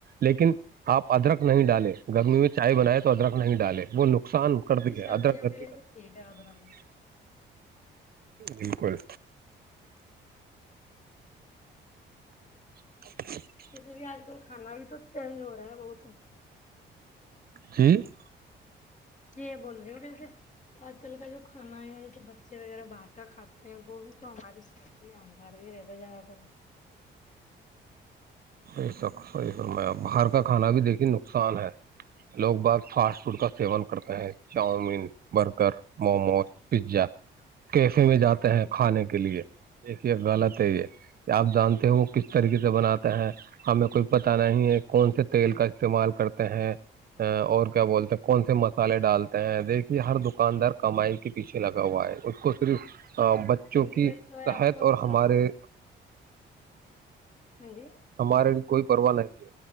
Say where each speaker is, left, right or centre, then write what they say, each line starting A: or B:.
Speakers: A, on the right; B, on the left.
A: لیکن آپ ادرک نہیں ڈالے گرمی میں چائے بنائے تو ادرک نہیں ڈالے وہ نک نقصان کر
B: جی
A: دیا
B: سردیاں
A: ادرک گرمی
B: بھی ویسے
A: کرتی
B: ٹھیک
A: ہے
B: ادرک
A: بالکل
B: جی ج
A: <inaudible>
B: جیسے بھی آج کل کھا بھی تو چینج ہو رہا ہے بہت
A: <inaudible>
B: جی بول رہی ہو کل سےے آج کل کا جو کھانا ہے جیسے بچے وغیرہ باہر کا کھاتے ہیں وہ بھی تو لن کر گ رے تو زیاد تر
A: ی سک صحی فر میں باہر کا کھانا بھی دیکھیے نقصان ہے لوگ بعت فاسٹ فوڈ کا سیون کرتے ہیں chowmein burger momos pizza cafe میں جاتے
B: ہاں
A: ہیں
B: جی
A: کھانے کے لیے دیکھیے غلط ہے یہ کہ آپ جانتے ہو کس طریقے سے بناتے ہیں ہمیں کوئی پتا نہیں ہے کون سے تیل کا استعمال کرتے ہیں اور کیا بولتے ہیں کون سے مسالے ڈالتے دیکھیے ہر دکاندار کمائی کے پیچھے لگا ہوا ہے اس کو صرف بچوں
B: ہاں جی
A: کی
B: وہی تو ہے
A: صحت
B: آپ کو
A: اور
B: تو صرف
A: ہمارے
B: ہاں جی
A: ہمارے لیے کوئی پرواہ نہیں ہے